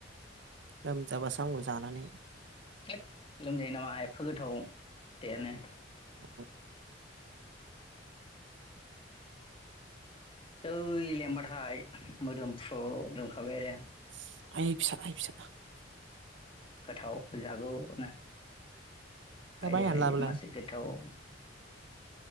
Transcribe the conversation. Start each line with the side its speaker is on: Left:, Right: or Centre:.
Right: लोमजाबासो हामगौ जानानै
Left: थोद लोमजायो नामा एफा गोथाव फिथाइयानो
Right: <inaudible>
Left: जै लेमबाथाय मोदोमफ्रु मोदोमखाबाय आरो
Right: <inaudible>
Left: गोथाव जागौनो
Right: दा
Left: हायरे
Right: बायनानै
Left: हाय
Right: लाबोलाय
Left: मासे गोथाव